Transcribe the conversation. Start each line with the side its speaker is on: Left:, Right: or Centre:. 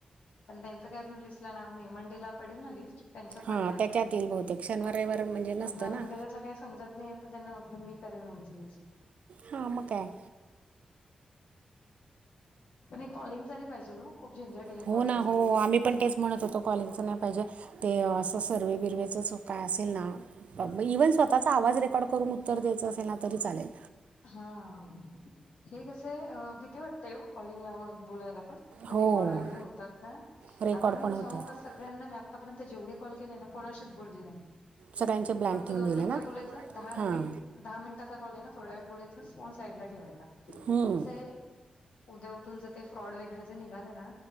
Left: पण त्यांचं काय अजून लिस्ट ला नाव नाय, मंडेला पडेल ना लिस्ट त्यांचं पडेल
Right: हां
Left: आयथिंक,
Right: त्याच्यात येईल बहुतेक शनिवार रविवार म्हणजे
Left: त्यांना
Right: नसतं
Left: अजून
Right: ना
Left: त्याच्यातलं काही समजत नाही पण त्यांना म्हटलं मी करेल तुमचं यूज.
Right: हा म काय.
Left: पण हे कॉलिंगचा नाही पाहिजेल ओ, खूप झंझट आहे हे
Right: हो
Left: कॉलिंगचा.
Right: ना हो आम्ही पण तेच म्हणत होतो कॉलिंगचं नाही पाहिजे, ते असं सर्वे बिरवेचंच काय असेल ना इव्हन स्वतःचा आवाज रेकॉर्ड करून उत्तर द्यायचं असेल ना तरी चालेल.
Left: हा, हे कसंय अ भीती वाटतंय ओ कॉलिंगला वर बोलायला पण.
Right: हो
Left: रेकॉर्ड वगैरे होतात ना,
Right: रेकॉर्ड
Left: आता मीच
Right: पण होतात
Left: सांगू का सग गळ्यांना मी आत्तापर्यंत जेवढ कॉल केले ना कोणाशीच बोलली नाही.
Right: सगळ्यांचे ब्लँक
Left: फक्त
Right: ठेवून
Left: दोन
Right: दिले
Left: मिनिटं
Right: ना
Left: बोलायचं, दहा
Right: हां
Left: मिनिट दहा मिनिटाचा कॉल आहे ना थोड्या वेळ बोलायचा फोन साईडला ठेवायचा,
Right: हं,
Left: कसंय उद्या उठून जर ते फ्रॉड वगैरे जर निघालं ना